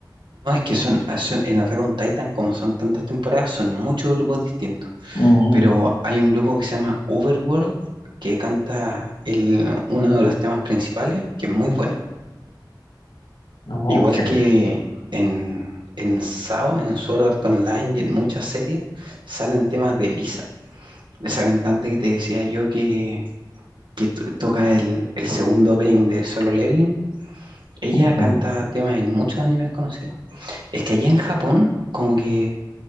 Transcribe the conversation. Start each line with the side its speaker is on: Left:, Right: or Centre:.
Right: No, es que son, ah, son- en Attack on Titan, como son tantas temporadas, son muchos grupos distintos.
Left: Mm,
Right: Pero hay un grupo que se llama Overworld que canta el, uno de los temas principales, que es muy bueno.
Left: ok,
Right: Igual que en, en SAO, en Sword Art Online y en muchas series, salen temas de Lisa, esa cantante que te decía yo que, que to- toca el, el segundo opening de Solo Leveling. Ella
Left: mm,
Right: canta temas en muchos animes conocidos. Es que allá en Japón, como que.